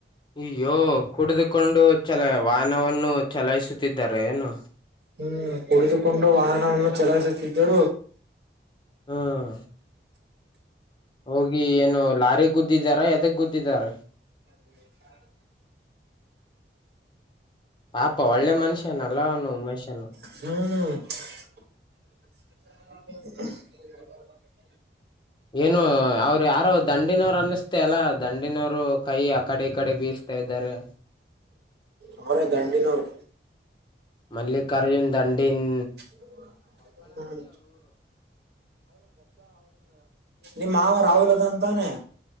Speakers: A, on the left; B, on the right.
A: ಅಯ್ಯೋ ಕುಡಿದುಕೊಂಡು ಚಲಾ ವಾಹನವನ್ನು ಚಲಾಯಿಸುತ್ತಿದ್ದಾರೆ ಏನು.
B: ಹುಂ ಕುಡಿದುಕೊಂಡು ವಾಹನವನ್ನು ಚಲಾಯಿಸುತ್ತಿದ್ದರು.
A: ಹುಂ ಹೋಗಿ ಏನು ಲಾರಿಗೆ ಗುದ್ದಿದ್ದಾರಾ ಎದಕ್ ಗುದ್ದಿದಾರ
B: <inaudible>
A: ಪಾಪ ಒಳ್ಳೆ ಮನುಷ್ಯನ ಅಲ್ಲನು ಉಮೇಶನು
B: <unintelligible>
A: ಏನು ಅವರು ಯಾರೋ ದಂಡಿನವರು ಅನ್ನಸ್ರ ಅಲ್ಲಾ ದಂಡಿನವ್ರು ಕೈ ಆಕಡೆ ಈ ಕಡೆ ಬೀಸ್ತಾ <unintelligible>
B: ಅವ್ರ ದಂಡಿನೋರು.
A: ಮಲ್ಲಿಕಾರ್ಜುನ್ ದಂಡೀನ್
B: <unintelligible> ನಿಮ್ಮ್ ಮಾವ ರಾಹುಲ್ ಅದಾನ ತಾನೆ